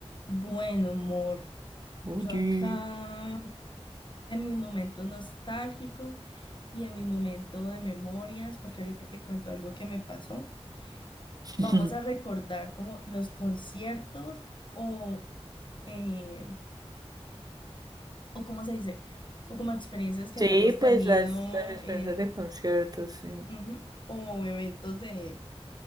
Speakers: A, on the left; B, on the right.
A: Bueno, amor,
B: Oye.
A: yo acá en mi momento nostálgico y en mi momento de memorias, porque ahorita te cuento algo que me pasó,
B: <laughs>
A: vamos a recordar como los conciertos o, eh, o cómo se dice, o como experiencias que
B: Sí,
A: hayamos tenido
B: pues las, las experiencias
A: en,
B: de conciertos, sí.
A: ujú, o eventos de,